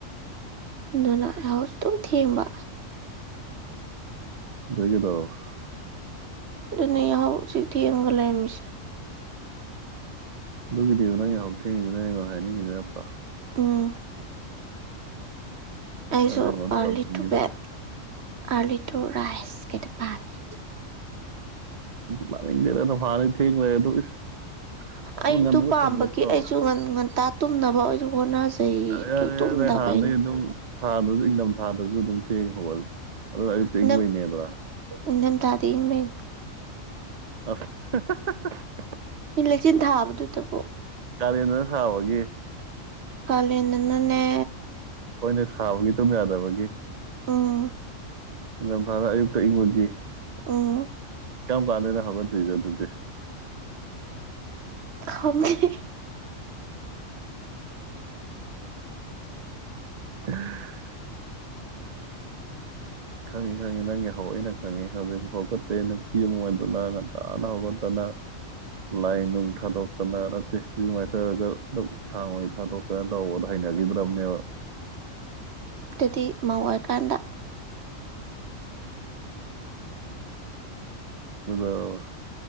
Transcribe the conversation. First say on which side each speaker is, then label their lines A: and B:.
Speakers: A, on the right (about 55°); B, on the right (about 40°).
A: ꯑꯗꯨꯅ ꯌꯥꯍꯧꯁꯨ ꯑꯗꯨꯝ ꯊꯦꯡꯕ
B: ꯑꯗꯩ ꯀꯩꯗꯧꯔꯕ
A: ꯑꯗꯨꯅꯦ ꯌꯥꯍꯧꯁꯤ ꯊꯦꯡꯉꯒ ꯂꯩꯔꯝꯃꯤꯁꯤ
B: ꯑꯗꯨꯒꯤꯅꯤꯕ ꯅꯪ ꯌꯥꯍꯧ ꯊꯦꯡꯉꯤꯁꯤ ꯅꯪ ꯑꯩꯉꯣꯟꯗ ꯍꯥꯏꯅꯤꯡꯉꯤꯗ ꯅꯠꯇ꯭ꯔꯥ
A: ꯎꯝ ꯑꯩꯁꯨ
B: ꯅꯪꯅ ꯑꯩꯉꯣꯟꯗ
A: ꯑꯥꫪꯂꯤ
B: ꯇꯝꯅꯤꯡꯉꯤꯁꯦ
A: ꯇꯨ ꯕꯦꯠ ꯑꯥꫪꯂꯤ ꯇꯨ ꯔꯥꯏꯁ ꯀꯦꯗꯨ ꯄꯥꯝꯃꯤ
B: ꯇꯥꯅꯤꯡꯗꯦꯗ ꯍꯥꯟꯅꯗꯩ ꯊꯦꯡ ꯂꯩꯔꯗꯨ ꯏꯁ ꯌꯥꯝꯅ
A: ꯑꯩꯗꯨ
B: ꯉꯟꯕꯒ
A: ꯄꯥꯝꯕꯒꯤ
B: ꯁꯥꯖꯤꯜꯂꯛꯇ꯭ꯔꯣ
A: ꯑꯩꯁꯨ ꯉꯟ ꯉꯟꯇꯥ ꯇꯨꯝꯅꯕ ꯑꯣꯁꯨ ꯍꫭꯠꯅꯖꯩꯌꯦ ꯑꯗꫭ
B: ꯌꯥꯔꯦ
A: ꯇꯨꯝꯗꯕꯩꯅꯤ
B: ꯌꯥꯔꯦ ꯅꯣꯏ ꯍꯥꯟꯅꯗꯩ ꯑꯗꯨꯝ ꯊꯥꯗꯁꯨ ꯏꯪꯊꯝꯊꯥꯗꯁꯨ ꯑꯗꯨꯝ ꯊꯦꯡꯉ ꯍꯧꯒꯠꯂꯤ ꯑꯗꯨꯅ ꯑꯌꯨꯛꯇ
A: ꯏꯪꯊꯝ
B: ꯏꯡꯕꯩꯅꯦꯗꯨꯔ
A: ꯏꯪꯊꯝꯊꯥꯗꯤ ꯏꯪꯕꯩꯅꯤ
B: ꯑ <unintelligible>
A: ꯃꯤ ꯂꯩꯆꯤꯟ ꯊꯥꯕꯗꯨꯇꯕꯨ
B: ꯀꯥꯂꯦꯟꯗꯅ ꯁꯥꯕꯒꯤ
A: ꯀꯥꯂꯦꯟꯗꯅꯅꯦ
B: ꯍꯣꯏꯅꯦ ꯁꯥꯕꯒꯤ ꯇꯨꯝ ꯌꯥꯗꯕꯒꯤ
A: ꯎꯝ
B: ꯏꯊꯝꯊꯥꯗꯙ ꯑꯌꯨꯛꯇ ꯏꯪꯕꯒꯤ
A: ꯎꯝ
B: ꯀꯝ ꯀꯥꯟꯗꯅꫭ ꯍꯧꯒꯠꯇꯨꯏꯁꯦ ꯑꯗꯨꯗꯤ
A: ꯈꯪꯗꯦ
B: ꯎꯝ ꯈꯪꯉꯤ ꯈꯪꯉꯤ ꯅꯪꯒꯤ ꯌꯥꯍꯧ ꯑꯩꯅ ꯈꯪꯉꯤ ꯍꯧꯖꯤꯛꯐꯥꯎ ꯍꯧꯥꯎꯒꯠꯇꯦ ꯅꯨꯄꯤ ꯑꯃ ꯑꯣꯏꯗꯅ ꯉꯟꯇꯥꯅ ꯍꯧꯒꯠꯇꯅ ꯂꯥꯏ ꯅꯨꯡ ꯊꯥꯗꯣꯛꯇꯅ ꯅꯠꯇꯦ ꯏꯔꯨ ꯃꯥꯏꯊꯔꯒ ꯗꯨꯛ ꯊꯥꯡꯃꯩ ꯊꯥꯗꯣꯛꯇꯅ ꯇꯧꯕꯗ ꯍꯩꯅꯒꯤꯗ꯭ꯔꯕꯅꯦꯕ
A: ꯑꯗꯨꯗꯤ ꯃꯧ ꯑꯣꯏꯔꯀꯥꯟꯗ
B: ꯑꯗꯨꯗꫭ